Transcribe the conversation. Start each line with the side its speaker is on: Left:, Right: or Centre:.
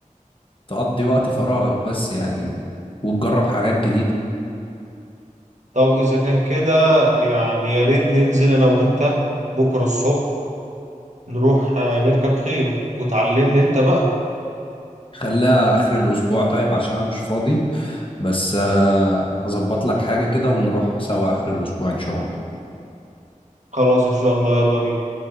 Left: تقضي وقت فراغك بس يعني وتجرب حاجات جديدة
Right: طب إذا كان كده يعني يا ريت ننزل أنا وأنت بكرة الصبح نروح آه، نركب خيل وتعلمني أنت بقى
Left: خليها آخر الأسبوع طيب عشان أنا مش فاضي بس آه، هظبط لك حاجة كده ونروح سوا آخر الأسبوع إن شاء الله
Right: خلاص إن شاء الله يلا بينا